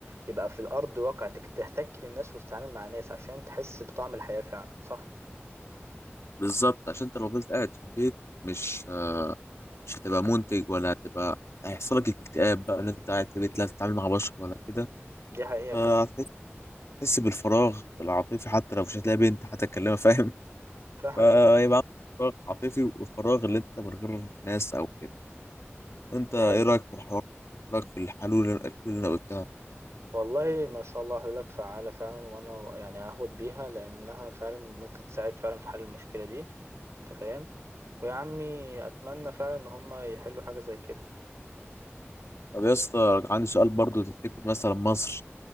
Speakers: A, on the right (about 80°); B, on the left (about 80°).
A: يبقى في الأرض واقع تك- تحتك بالناس وتتعامل مع ناس عشان تحس بطعم الحياة فعلا صح
B: بالظبط عشان انت لو فضلت قاعد في البيت مش مش هتبقى منتج ولا هتبقى هيحصل لك اكتئاب بقى ان انت قاعد في البيت لا تتعامل مع بشر ولا كده
A: دي حقيقة
B: فهتحس
A: فعلا
B: تحس بالفراغ العاطفي حتى لو مش هتلاقي بنت هتكلمها فاهم
A: فعلا
B: فيبقى
A: فعلا.
B: عندك فراغ عاطفي والفراغ اللي انت من غير ناس او كده انت
A: دي
B: ايه
A: حقيقة
B: رايك في الحوار رايك في الحلول الحلول اللي انا قلتها
A: والله ما شاء الله حلولك فعالة فعلا وأنا يعني هاخد بيها لأنها فعلا ممكن تساعد فعلا في حل المشكلة دي أنت فاهم ويا عمي أتمنى فعلا إن هما يحلوا حاجة زي كده
B: طب يا اسطى عندي سؤال برضو تفتكر مثلا مصر